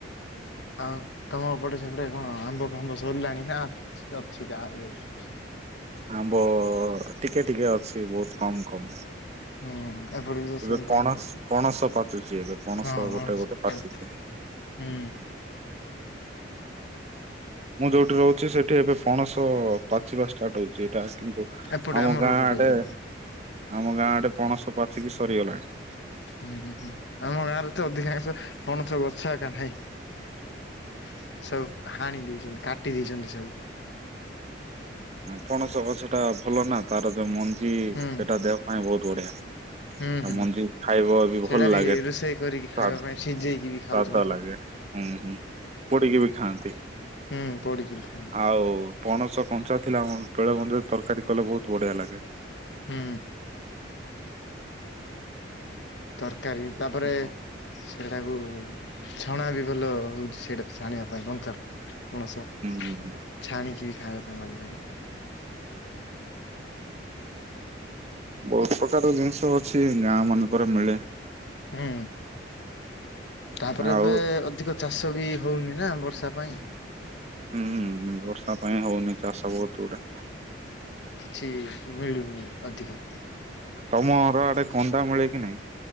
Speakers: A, on the left; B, on the right.
A: ଆଉ ତମପଟେ ସେପଟେ କଣ ଆମ୍ବ? ଫାମ୍ବ ସରିଲାଣି ନା ଅଛି ଯାହା <unintelligible>
B: ଆମ୍ବ ଟିକେ ଟିକେ ଅଛି ବହୁତ କମ କମ।
A: ହୁଁ ଏପଟେ ବି ସେମତିଆ
B: ଏବେ ପଣସ ପଣସ ପାଚୁଛି ଏବେ ପଣସ
A: ହଁ।
B: ଗୋଟେ ଗୋଟେ ପାଚୁଛି।
A: ହୁଁ।
B: ମୁଁ ଯୋଉଠି ରହୁଚି ସେଠି ଏବେ ପଣସ ପାଚିବା ଷ୍ଟାର୍ଟ ହଉଚି ଏଇଟା। କିନ୍ତୁ
A: ଏପଟେ
B: ଆମ
A: ଆମର
B: ଗାଁ
A: ଏପଟେ
B: ଆଡେ
A: ହୁଁ
B: ଆମ ଗାଁ ଆଡେ ପଣସ ପାଚିକି ସରିଗଲାଣି।
A: ହୁଁ ହୁଁ ହୁଁ ଆମ ଗାଁ ରେ ତ ଅଧିକାଂଶ ପଣସ ଗଛ ଏକା ନାହିଁ। ସବୁ ହାଣି ଦେଇଚନ୍ତି କାଟି ଦେଇଚନ୍ତି ସବୁ।
B: ପଣସ ଗଛ ଟା ଭଲ ନା ତାର ଯୋଉ ମ ଞ୍ଜି
A: ହୁଁ
B: ସେଟା ଦେହ ପାଇଁ ବହୁତ ବଢିଆ।
A: ହୁଁ ହୁଁ।
B: ମଞ୍ଜି ଖାଇବ ବି
A: ସେଇଟା
B: ଭଲ ଲାଗେ ସ୍ୱା
A: ରୋଷେଇ କରିକି ଖାଇବା ପାଇଁ ସିଝେଇକି
B: ସ୍ୱାଦ
A: ବି ଖାଉଛନ୍ତି।
B: ଲାଗେ। ହୁଁ ହୁଁ ପୋଡିକି ବି ଖାଆନ୍ତି।
A: ହୁଁ ପୋଡ଼ିକି ବି ଖାଆନ୍ତି।
B: ଆଉ ପଣସ କଞ୍ଚା ଥିଲା <unintelligible> ତରକାରୀ କଲେ ବହୁତ ବଢିଆ ଲାଗେ।
A: ହୁଁ। ତରକାରୀ ତାପରେ
B: ହୁଁ
A: ସେଟାକୁ ଛଣା ବି ଭଲ ହଉଛି ସେଟା। ଛାଣିବା ପାଇଁ କଞ୍ଚା ପଣସ
B: ହୁଁ
A: ଛାଣିକି ଖାଇବା ପାଇଁ ଭଲ ଲାଗେ।
B: ବହୁତ ପ୍ରକାର ଜିନିଷ ଅଛି ଗାଁ ମାନଙ୍କ ରେ ମିଳେ।
A: ହୁଁ ତାପରେ ଏବେ
B: ଆଉ
A: ଅଧିକ ଚାଷ। ବି ହଉନି ନା ବର୍ଷା ପାଇଁ।
B: ହୁଁ ବର୍ଷା ପାଇଁ ହଉନି ଚାଷ ବହୁତ ଗୁଡେ।
A: ଛିି ମିଳୁ ନି ଅଧିକ।
B: ତମର ଆଡେ କନ୍ଦା ମିଳେ କି ନାଇଁ?